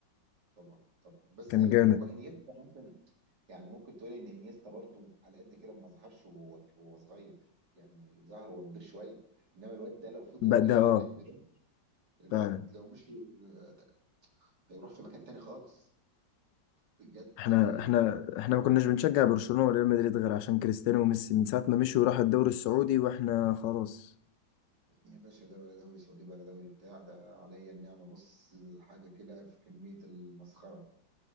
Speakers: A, on the right (about 65°); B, on the left (about 80°).
A: طبعا طبعا بس
B: كان
A: هو
B: جامد
A: انيستا ممكن يعني ممكن تقولي ان انيستا برضو على قد كده ما ظهرش وهو وهو صغير يعني ظهر وهو كبير شويه انما الواد ده لو فضل
B: بقى
A: ماشي
B: ده اه
A: على الريتم ده الواد
B: فعلا
A: لو مشي آه، هيروح في مكان تاني خالص بجد
B: احنا
A: هيبقى
B: احنا احنا ما كناش بنشجع برشلونة وريال مدريد غير عشان كريستيانو وميسي من ساعة ما مشوا وراحوا الدوري السعودي واحنا خلاص
A: يا باشا ده ولا دوري سعودي ولا دوري بتاع ده عليا النعمه بص حاجه كده في كميه المسخره